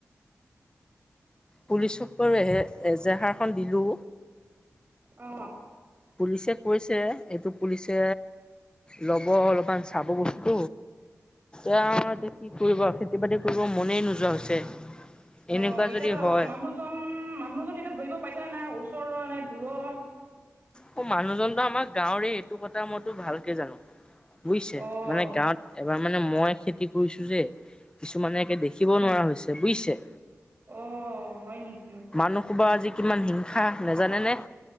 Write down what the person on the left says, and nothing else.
পুলিচক বাৰ এ এজাহাৰখন দিলো
পুলিচে কৈছে এইটো পুলিচে ল'ব অলপমান চাবত এ এতিয়া কি কৰিব খেতি বাতি কৰিব মনেই নোযোৱা হৈছে এনেকুৱা
যদি হয়
অ মানুহজনত আমাৰ গাঁৱৰে এইটো কথা মইতো ভালকে জানো বুজিছে
মানে গাঁৱত এবাৰ মানে মই খেতি কৰিছো যে কিছুমানে দেখিব নোৱাৰা হৈছে বুইছে
মানুহো বা আজি কিমান হিংসা নাজানে নে